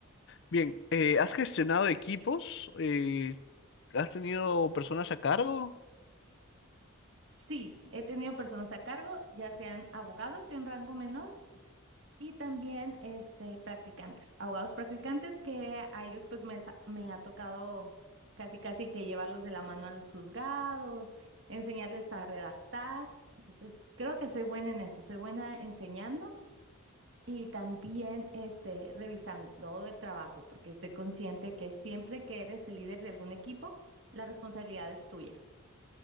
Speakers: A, on the left (about 55°); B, on the right (about 55°).
A: Bien, eh, ¿has gestionado equipos? Eh, ¿has tenido personas a cargo?
B: Sí, he tenido personas a cargo, ya sean abogados de un rango menor y también este, practicantes, abogados practicantes que a ellos pues me, sa- me ha tocado casi casi que llevarlos de la mano a los juzgados, enseñarles a redactar. Entonces, creo que soy buena en eso, soy buena enseñando y también este, revisando todo el trabajo, porque estoy consciente que siempre que eres el líder de algún equipo, la responsabilidad es tuya.